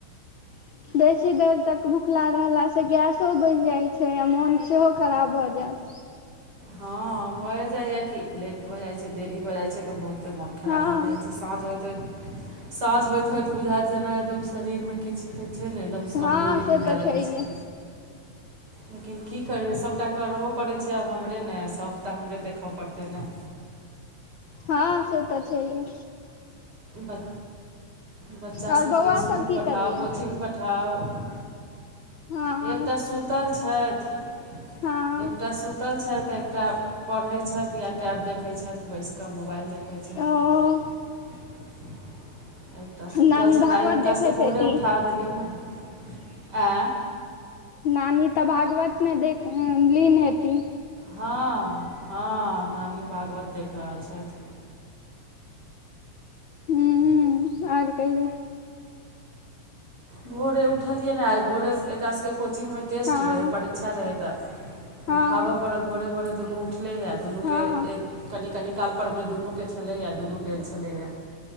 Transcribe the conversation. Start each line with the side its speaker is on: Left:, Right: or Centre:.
Left: <inaudible> बेसी देर तक भुखला रहलास से गैसो बचि जाइत छै आ मोन सेहो खराब भऽ जायत
Right: हँ भऽ जाइय कि लेट भऽ जाइत छै देरी भऽ जाइत छै तऽ बहुत तऽ मोन खराब
Left: हँ
Right: भऽ जाइ छै साँझ होइतइतऽ साँझ होइत होइत बुझाइत जेना एकदम शरीरमे किछु होइ छै ने एकदम
Left: हँ
Right: कमजोरी
Left: से
Right: बुझाए
Left: तऽ
Right: लगै
Left: छैहे
Right: छै लेकिन की करियै सभटा करबो पड़ैत छै हमरे ने सभ तऽ हमरे देखऽ पड़तै ने
Left: हँ से तऽ छैहे
Right: ब बच्चा
Left: आओर
Right: सबके
Left: बौआ
Right: इसकुल
Left: सब की
Right: पठाउ
Left: करैया
Right: कोचिंग पठा ठाउ
Left: हँ
Right: एकटा सुूतल छथि
Left: हँ
Right: एकटा सूत पतल छथि एकटा पढ़ै छथि या टैब देखै छथि बैस कऽ मोबाइल देखैत छथि
Left: ओ
Right: <inaudible> एकटा सुतल
Left: नानी
Right: छथि
Left: भागवत
Right: तऽ आइ हिनका
Left: देखैत
Right: सबके भोरे
Left: हेती
Right: उठा देलियनि है ऐ
Left: नानी तऽ भागवतमे देख लीन हेती
Right: हँ हँ नानी भागवत देख रहल छथि
Left: हू आर कहियौ
Right: भोरे उठलियै ने आइ भोरेसँ एकरा सभके कोचिंगमे टेस्ट
Left: हँ
Right: रहै परीक्षा रहै तऽ
Left: हँ
Right: उठाबय पड़ल भोरे भोरे दुनू उठलैए दुनूके
Left: हँ
Right: एक कनि कनि कालप मे दुनूके छलैएा दुनू गेल छलैए